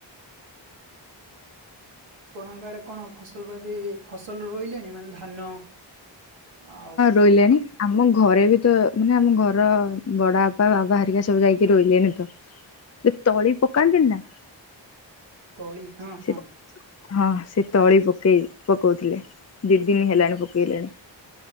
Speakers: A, on the right; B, on the left.
A: ଆପଣଙ୍କ ଆଡେ କଣ ଫସଲ ବାଜି ଇ ଫସଲ ରୋଇଲେଣି ମାନେ ଧାନ ଆଉ।
B: ରୋଇଲେଣୀ। ଆମ ଘରେ ବି ତ ମାନେ ଆମ ଘର ବଡ ବାପା ବାବା ହେରିକା ସବୁ ଯାଇକି ରୋଇଲେଣି ତ। ଯେ ତଳି ପକାନ୍ତିନି ନା।
A: ତଳି ହଁ
B: ସେ
A: ହଁ।
B: ହଁ ସେ ତଳି ପକେଇ ପକଉଥିଲେ ଦି ଦିନି ହେଲାଣି ପକେଇଲେଣି।